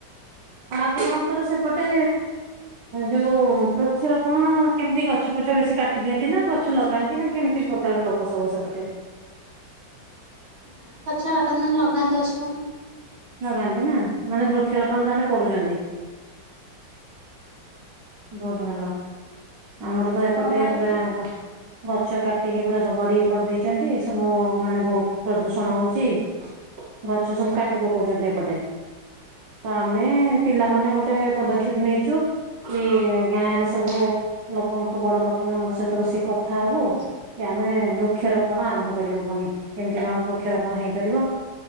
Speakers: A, on the right; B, on the right.
A: ଆଆପଣଙ୍କର ସେପଟେ ଯୋଉ ବୃକ୍ଷରୋପଣ କେମିତି ଗଛ ପଛ ବେଶୀ କାଟି କାଟି ଦିଅନ୍ତି ନା ଗଛ ଲଗାନ୍ତି ନା କେମିତି ପ୍ରକାର ଲୋକ ସବୁ ସେପଟେ।
B: ନାଇଁ ଗଛ ବାଟନ୍ତି ଲଗାନ୍ତି ପଛେ।
A: ନ ଲଗାନ୍ତି ନା ମାନେ ବୃକ୍ଷରୋପଣ ତାହେଲେ କରୁଛନ୍ତି। ବହୁତ୍ ଭଲ ଆମର ତ
B: ଆପଣଙ୍କ
A: ଏପଟେ
B: ଆଡେ?
A: ପୁରା ଗଛ କାଟିକି ପୁରା ସବୁ ଏ କରିଦେଇଛନ୍ତି ସବୁ ମାନେ ବହୁତ ପ୍ରଦୂଷଣ ହଉଛି। ଗଛ ସବୁ କାଟି ପକଉଛନ୍ତି ଏପଟେ। ତ ଆମେ ପିଲାମାନେ ଗୋଟେ ପଦକ୍ଷେପ ନେଇଛୁ। କି ଗାଁ ରେ ସବୁ ଲୋକଙ୍କୁ ବଡ ଲୋକ ମାନଙ୍କ ସହିତ ବସିକି କଥା ହବୁ।
B: ହଁ।
A: କି ଆମେ ବୃକ୍ଷରୋପଣ ଆରମ୍ଭ କରିବୁ ପୁଣି କେମିତି କଣ ବୃକ୍ଷରୋପଣ ହେଇପାରିବ।